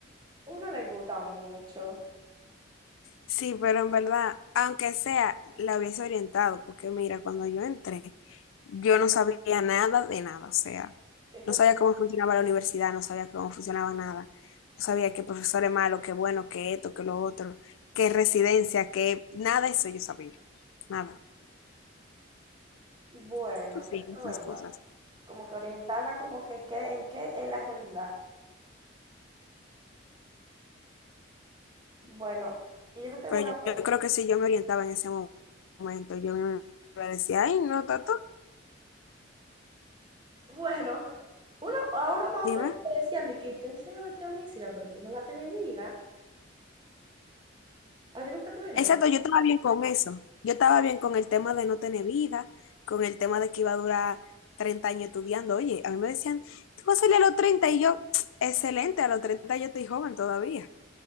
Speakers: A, on the right; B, on the left.
A: uno le gusta mucho.
B: Sí, pero en verdad, aunque sea, la hubiese orientado, porque mira, cuando yo entré, yo no sabía nada de nada, o sea,
A: Eso
B: no sabía
A: es
B: cómo funcionaba la universidad, no sabía cómo funcionaba nada, no sabía qué profesor es malo, qué bueno, qué esto, qué lo otro, qué residencia, qué nada de eso yo sabía, nada,
A: bueno,
B: sí,
A: eso es
B: esas
A: verdad.
B: cosas.
A: Como que orientarla como que qué, en qué es la realidad. Bueno, y yo te tengo
B: Pero
A: una pregunta.
B: yo, yo creo que si yo me orientaba en ese mo- momento, yo me decía, ay, no, tato,
A: Bueno, uno, a uno más
B: dime.
A: o menos le decían de que tú en serio vas a estudiar medicina, pero tú no vas a tener vida. ¿A ti nunca te lo dijeron?
B: Exacto, yo estaba bien con eso. Yo estaba bien con el tema de no tener vida, con el tema de que iba a durar 30 años estudiando. Oye, a mí me decían, tú vas a salir a los 30? y yo, excelente, a los 30 yo estoy joven todavía.